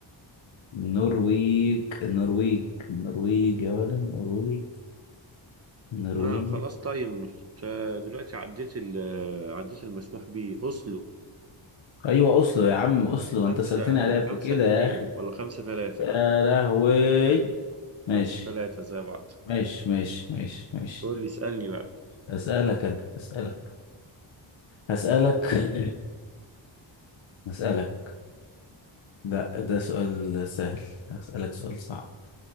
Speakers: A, on the left (about 70°); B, on the right (about 30°).
A: النرويج النرويج النرويج يا ولد النرويج النرويج
B: ها خلاص طيب مش دلوقتي عديت ال عديت المسموح بيه أوسلو
A: ايوه اصله يا عم اصله
B: خمسة
A: ما انت سألتني عليها قبل
B: خمسة
A: كده
B: اتنين
A: يا اخي
B: ولا خمسة تلاتة
A: يا لهوي ماشي
B: خمسة تلاتة زي بعض
A: ماشي ماشي ماشي ماشي
B: قول لي اسألني بقى
A: أسألك أنا أسألك أسألك <laughs> أسألك لا ده سؤال سهل أسألك سؤال صعب